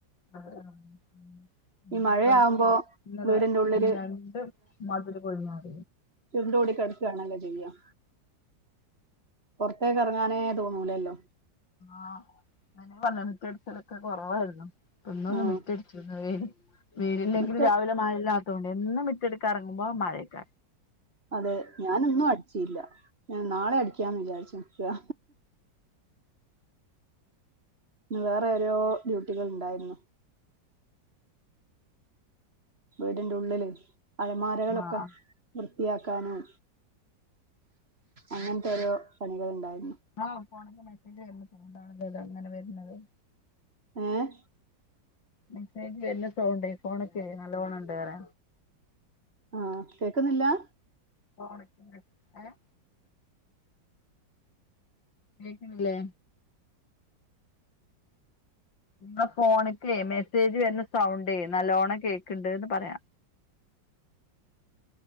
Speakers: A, on the left; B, on the right.
A: ആഹ
B: ഈ മഴയാവുമ്പോ
A: പ്പറത്ത് ഇന്നലെ
B: വീടിന്റെ ഉള്ളില്
A: രണ്ടും മധുര കൊഴിഞ്ഞാറ
B: ചുരുണ്ടു കൂടി കിടക്കുകയാണല്ലോ ചെയ്യാം പുറത്തേക്ക് ഇറങ്ങാനേ തോന്നൂലല്ലോ
A: ആഹ് പറഞ്ഞ മറ്റ അടിച്ചിലൊക്കെ കുറവായിരുന്നു ഇന്നൊന്ന്
B: ആഹ്
A: മറ്റടിച്ചു വ വേനല്ലെങ്കിലിൽ
B: മുറ്റ
A: രാവിലെ മഴല്ല ഇപ്പോ എന്നും മിറ്റെടുക്ക ഇറങ്ങുമ്പോ മഴേക്ക
B: അതെ ഞാനൊന്നും അടിച്ചില്യ ഞാൻ നാളെ അടിക്കാന്ന് വിചാരിച്ച് നിക്ക. ഇ വേറെ ഓരോ ഡ്യൂട്ടികൾ ഇണ്ടായിരുന്നു. വീടിന്റെ ഉള്ളില് അൾമാരകളൊക്കെ
A: ആഹ്
B: വൃത്തിയാക്കാനും. അങ്ങൻത്തെ ഓരോ പണികൾ ഇണ്ടായിരുന്നു.
A: ആ ഫോണ്ക്ക് മെസ്സേജ് വര്ന്ന സൗണ്ടാണല്ലേ ഇങ്ങനെ വര്ന്നത്
B: ഏഹ്
A: മെസ്സേജ് വരുന്ന സൗണ്ട് ഫോണ്ക്ക് നല്ലോണണ്ട്റയ.
B: ആഹ് കേക്ക്ന്നില്ല?
A: ഫോണ്ക്ക് മെസ്സേ ഹേഹ് കേക്ണില്ലേ? ഇങ്ങളെ ഫോണ്ക്ക് മെസ്സേജ് വര്ന്ന സൗണ്ട് നല്ലോണ്ണം കേക്ക്ണ്ട് ന്ന് പറയാ.